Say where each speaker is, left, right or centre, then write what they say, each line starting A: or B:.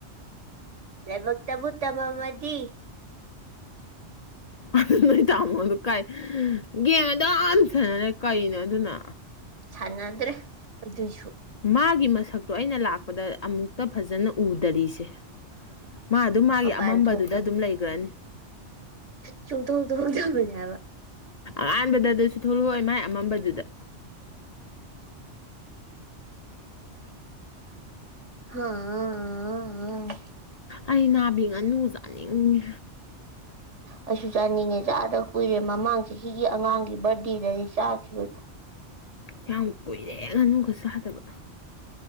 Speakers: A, on the right; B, on the left.
A: ꯂꯥꯏꯕꯛꯇꯕꯨ ꯇꯃꯗꯤ
B: ꯑ ꯅꯣ ꯏ ꯇꯥꯃꯣ ꯑꯗꯨꯗꯨ ꯀꯥꯏ ꯦꯃꯗꯝꯁ <unintelligible> ꯀꯩꯅꯣ ꯑꯗꯨꯅ
A: ꯆꯥꯟꯗ꯭ꯔꯦ ꯑꯗꯨ ꯑꯗꯨꯁꯨ
B: ꯃꯥꯒꯤ ꯃꯁꯛꯇꯣ ꯑꯩꯅ ꯂꯥꯛꯄꯗ ꯑꯃꯨꯛꯇ ꯐꯖꯅ ꯎꯗꯔꯤꯁꯦ ꯃꯥ ꯑꯗꯨꯝ ꯃꯥꯒꯤ
A: ꯑ ꯄꯥꯏꯅ
B: ꯑꯃꯝꯕꯗꯨꯗ
A: ꯊꯣꯛꯣꯛꯗꯅꯤ
B: ꯑꯗꯨꯝ ꯂꯩꯈ꯭ꯔꯅꯤ
A: ꯆꯨꯝꯗꯗꯗ ꯃꯖꯥꯕ
B: ꯑꯍꯥꯟꯕꯗ ꯑꯗꯨꯁꯨ ꯊꯣꯛꯂꯛꯑꯣꯏ ꯃꯥꯏ ꯑꯃꯝꯕꯗꯨꯗ
A: ꯑꯥ
B: ꯑꯩ ꯅꯥꯕꯤ ꯉꯥꯅꯨ ꯆꯥꯅꯤꯡꯉꯤ
A: ꯑꯩꯁꯨ ꯆꯥꯅꯤꯡꯉꯦ ꯆꯥꯗ ꯀꯨꯏꯔꯦ ꯃꯃꯥꯡ ꯆꯍꯤꯒꯤ ꯑꯉꯥꯡꯒꯤ ꯕꯥꯔꯗꯦꯗꯅꯤ ꯆꯥꯈꯤꯕꯗꯣ
B: ꯌꯥꯝ ꯀꯨꯏꯔꯦ ꯉꯥꯅꯨꯒ ꯆꯥꯗꯕ